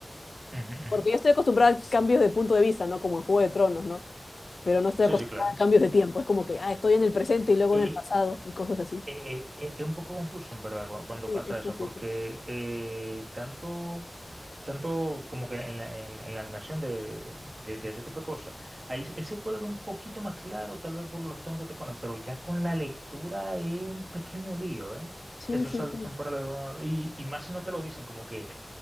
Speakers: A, on the right; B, on the left.
A: ujú, ujú.
B: porque
A: ujú.
B: yo estoy acostumbrada a cambios de punto de vista, ¿no? Como en Juego de Tronos, ¿no? Pero no estoy
A: Sí,
B: acostumbrada
A: sí, claro.
B: a cambios de tiempo, es como que, ah, estoy en el presente y luego
A: Eh,
B: en el pasado y cosas así.
A: eh, eh, eh, es un poco confuso, en verdad, cu- cuando
B: Sí,
A: pasa
B: es
A: eso,
B: confuso.
A: porque eh, tanto... Tanto como que en la, en- en la animación de, de- de- de ese tipo de cosas. Ahí, ahí se puede ver un poquito más claro, tal vez por los tonos que te ponen, pero ya con la lectura es un pequeño lío, ¿eh?
B: Sí,
A: Esos
B: sí,
A: saltos
B: sí.
A: temporales de una hora- Y, y más si no te lo dicen, como que